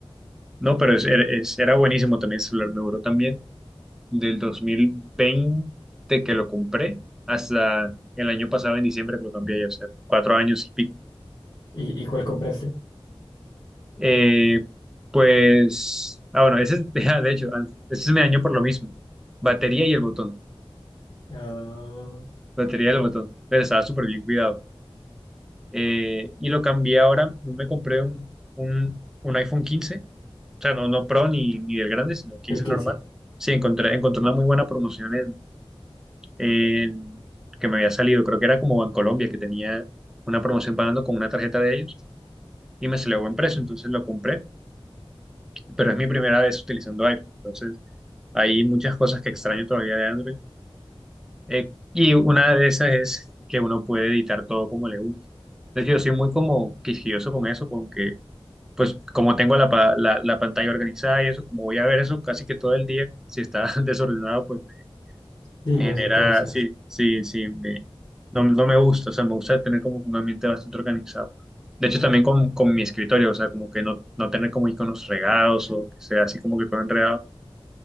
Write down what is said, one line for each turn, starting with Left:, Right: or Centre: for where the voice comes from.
Centre: No, pero es- era es- era buenísimo también el celular, me duró también del dos mil veinte que lo compré hasta el año pasado en diciembre que lo cambié ya, o sea, cuatro años y pico.
Left: ¿Y, y cuál compraste?
Centre: Eh, pues, ah, bueno, ese, es- <laughs> ah, de hecho, antes- ese es mi año por lo mismo, batería y el botón,
Left: Ah,
Centre: batería y el botón, pero estaba súper bien cuidado. eh, y lo cambié ahora, me compré un, un, un iPhone quince o sea, no, no Pro ni, ni del grande, sino quince
Left: el 15.
Centre: normal. Sí, encontré, encontré una muy buena promoción en, en- que me había salido, creo que era como Bancolombia, que tenía una promoción pagando con una tarjeta de ellos y me salió buen precio, entonces lo compré, pero es mi primera vez utilizando iPhone, entonces hay muchas cosas que extraño todavía de Android. eh, y una de esas es que uno puede editar todo como le gusta. Es decir, yo soy muy como quisquilloso con eso, con que pues como tengo la, pa- la, la pantalla organizada y eso, como voy a ver eso casi que todo el día, si está <laughs> desordenado, pues me,
Left: Sí,
Centre: me
Left: no,
Centre: genera,
Left: eso cansa.
Centre: sí, sí, sí, me, no, no me gusta, o sea, me gusta tener como un ambiente bastante organizado. De hecho, también con, con mi escritorio, o sea, como que no, no tener como iconos regados o que sea así como que todo enredado.